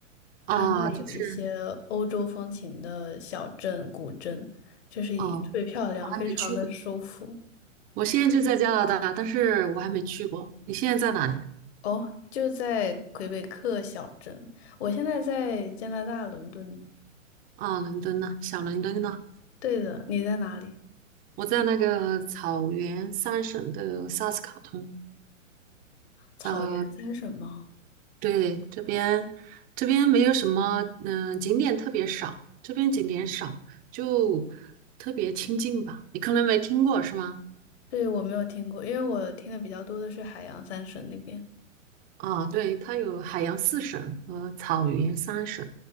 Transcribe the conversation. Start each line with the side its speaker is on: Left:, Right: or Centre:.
Right: 啊，
Left: 它那里有一些欧洲风情的小镇、
Right: 就是
Left: 古镇，就是一特别漂亮，
Right: 哦，我还没去过。
Left: 非常的舒服。
Right: 我现在就在加拿大，但是我还没去过。你现在在哪里？
Left: 哦，就在魁北克小镇，我现在在加拿大伦敦。
Right: 啊，伦敦呢？小伦敦呢？
Left: 对的，你在哪里？
Right: 我在那个草原三省的萨斯卡通。
Left: 草原三省吗？
Right: 呃，对，这边这边没有什么，嗯、景点特别少，这边景点少，就特别清静吧。你可能没听过是吗？
Left: 对，我没有听过，因为我听的比较多的是海洋三省那边。
Right: 啊，对，它有海洋四省和草原三省，